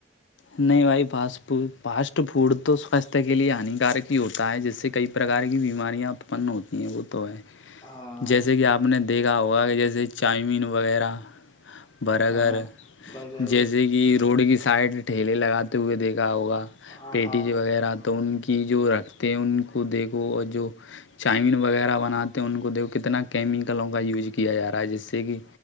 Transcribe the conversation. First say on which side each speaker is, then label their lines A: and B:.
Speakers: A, on the left (about 85°); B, on the left (about 25°).
A: نہیں بھائی فس ف <unintelligible> فوڈ تو سواستھ کے لیے ہانیکارک ہی ہوتا ہے جس سے کئی پرکار کی بیماریاں اتپن ہوتی ہیں <unintelligible> یہیا بت <inaudible> تو ہے
B: ہاں
A: جیسے کہ آپ نے د <unintelligible> دیکھا ہوگا ک <unintelligible> ہ جیسے چامین وغیرہ بر اگر
B: ہاں برگر
A: جیسے کہ روڈ کی سائڈ ٹھیلے لگاتے ہوئے دیکھ <unintelligible> ہوگا
B: ہاں
A: پیٹی
B: ہاں
A: جی وغیرہ تو ان کی <unintelligible> کہ جو رکھتے ہیں ان کو دیکھو اور جو چائمین وغیرہ بناتے ہیں ان کو د کتنا کیمیکلوں کا یوز کیا جا رہا ہے جس سے کہ